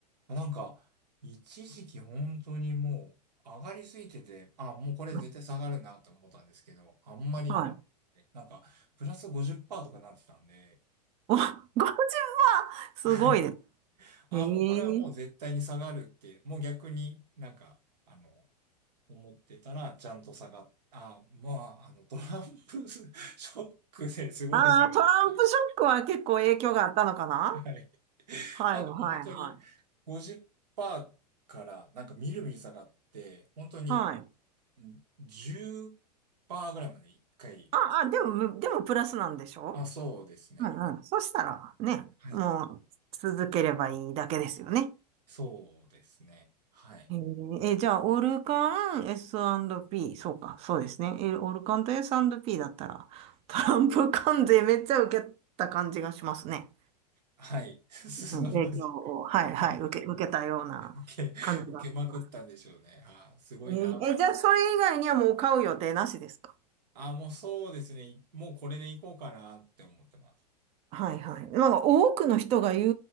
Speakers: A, on the right; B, on the right.
A: なんか、一時期本当にもう上がりすぎてて、あ、もうこれ絶対下がるなと思ったんですけど、
B: うん
A: あんまりにも上がっててなんか、
B: はい。
A: プラス50%とかなってたんで、
B: お、50万すごいね。
A: はい。あ、
B: へ
A: もうこれはもう絶対に下がるって、
B: え。
A: もう逆になんか、あの、思ってたらちゃんと下がっ、あ、まあ、あの、トランプ <laughs> ショックですごい下がって、
B: ああ、トランプショックは結構影響があったのかな
A: はい。
B: はい、
A: なんかもう本当に50%
B: はい、はい。
A: からなんかみるみる下がって、本当に
B: はい。
A: 10%ぐらいまで一回。
B: ああ、でも、むでもプラスなんでしょ
A: あ、そうですね。
B: うんうん。そしたらね、
A: はい。
B: もう続ければいいだけですよね。
A: そうですね。はい。
B: えーえーじゃあ、オルカン、S&P、そうか、そうですね。えーオルカンと S&P だったら、トランプ関税めっちゃ受けた感じがしますね。
A: はい。<laughs> すさまじ
B: うん、影響を、はいはい、
A: い。はい。
B: 受け、受けたような感じがします。
A: 受け、受けまくったんでしょうね。あー、すごいなって。
B: えーえーじゃあ、それ以外にはもう買う予定なしですか
A: あ、もうそうですね。いもうこれでいこうかなって思ってます。
B: はいはい。なんか多くの人が言